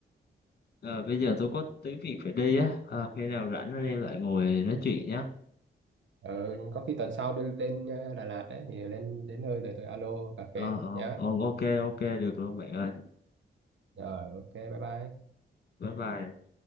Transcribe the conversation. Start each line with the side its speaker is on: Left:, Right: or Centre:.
Left: ờ, bây giờ tôi có tí việc phải đi á Ờ, khi nào rảnh anh em lại ngồi nói chuyện nhé
Right: ờ, có khi tuần sau tôi lên ờ, Đà Lạt đấy thì lên đến nơi rồi tôi alo cà
Left: ờ
Right: phê
Left: ờ
Right: nhá
Left: ờ, ok ok được luôn bạn ơi
Right: rồi ok bye bye
Left: bye bye